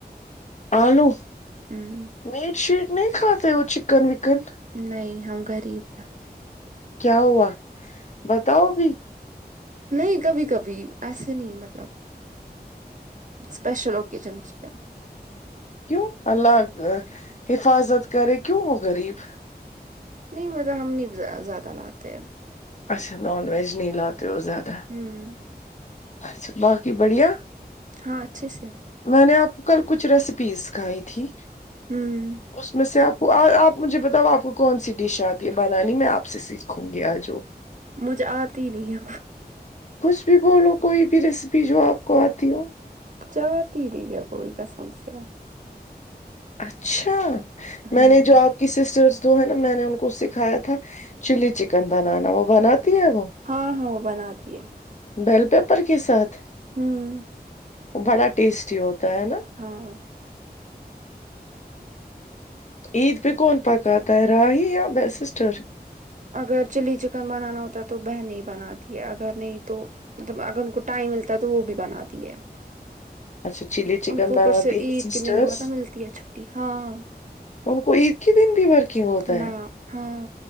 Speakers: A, on the left; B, on the right.
A: آلو
B: ہوں
A: میٹ شیٹ نہیں کھاتے وہ چکن وکن
B: نہیں ہم غریب ہیں
A: کیا ہوا بتاؤ بھی
B: نہیں کبھی کبھی ایسے نہیں مطلب اسپیشل اوکیشنس پے
A: کیوں اللہ حفاظت کرے کیوں ہو غریب
B: نہیں مطلب ہم نہیں زیا زیادہ لاتے ہیں
A: اچھا نان ویج نہیں لا تے ہو زیادہ
B: ہمم
A: اچھا باقی بڑھیا
B: ہاں اچھے سے
A: میں نے آپ کو کل کچھ ریسیپی سکھائی تھی
B: ہوں
A: اس میں سے آپ کو آپ مجھے بتاؤ آپ کو کون سی ڈیش آتی ہے بنانی میں آپ سے سیکھوں گی آج وہ
B: مجھے آتی ہی نہیں ہے
A: کچھ بھی بولو کوئی بھی ریسیپی جو آپ کو آتی ہو
B: جاتی ہی نہیں ہے کوئی قسم سے
A: اچھا
B: ہوں
A: میں نے جو آپ آپ کی سسٹرس جو ہے نا میں نے ان کو سکھایا تھا چلی چکن بنانا وہ بناتی ہے وہ
B: ہاں ہاں وہ بنا تی ہے
A: بیل پیپر کے ساتھ
B: ہمم
A: بڑا ٹیسٹی ہوتا ہے نا
B: ہاں
A: عید پے کون پکاتا ہے راہی یا سسٹر
B: اگر چلی چکن بنانا ہوتا ہے تو وہ بہنیں ہی بناتی ہے اگر نہیں تو مطلب اگر ٹائم ملتا ہے تو وہ بھی بناتی ہے
A: اچھا چلی چکن
B: ان کو
A: بناتی
B: اوپر سے عید
A: ہے سسٹرس
B: کے دن مطلب ملتی ہے چھٹی ہاں
A: ان کو عید کے دن بھی ورکنگ ہوتا
B: نہ
A: ہے
B: ہاں